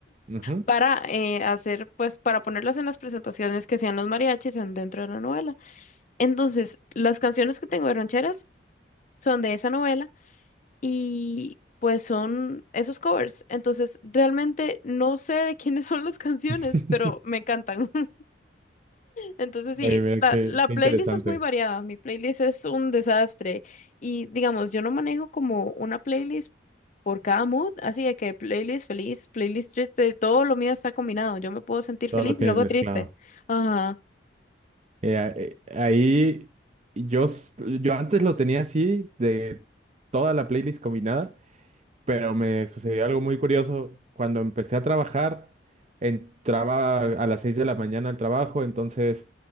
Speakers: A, on the right; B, on the left.
A: Ujú.
B: para eh, hacer, pues, para ponerlas en las presentaciones que hacían los mariachis en- dentro de la novela. Entonces, las canciones que tengo de rancheras son de esa novela y pues son esos covers. Entonces, realmente no sé de quiénes <laughs> son las canciones,
A: <laughs>
B: pero me encantan. <laughs> Entonces, sí,
A: Oye, mira,
B: la,
A: qué,
B: la
A: qué
B: playlist
A: interesante.
B: es muy variada. Mi playlist es un desastre. Y digamos, yo no manejo como una playlist por cada mood, así de que playlist feliz, playlist triste, todo lo mío está combinado. Yo me puedo sentir
A: Todo
B: feliz
A: lo tienes
B: y luego
A: mezclado.
B: triste. Ajá.
A: Eh, a- eh, ahí yo, s- yo antes lo tenía así, de toda la playlist combinada, pero me sucedió algo muy curioso. Cuando empecé a trabajar, entraba a las 6 de la mañana al trabajo, entonces